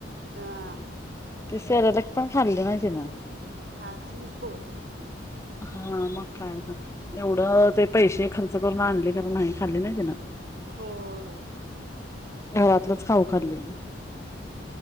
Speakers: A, on the right (about 60°); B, on the left (about 15°).
A: हा
B: ते सॅरलक पण खाल्ले नाही तीन
A: खात नाहीत पोर
B: हा म काय का एवढं ते पैसे खर्च करून आणले नाही खाली नाही ज ना
A: होय
B: घरातलंच खाऊ खाल्ली